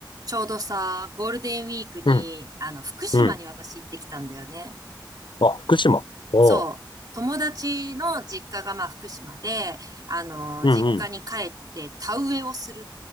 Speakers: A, on the right; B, on the left.
A: ちょうどさ、ゴールデンウィークに、
B: うん、
A: あの、福島に私行ってきたんだよね。
B: うん。あ、福島。おう。
A: そう。友達の実家がまあ福島で、あの、
B: うんうん。
A: 実家に帰って田植えをするっ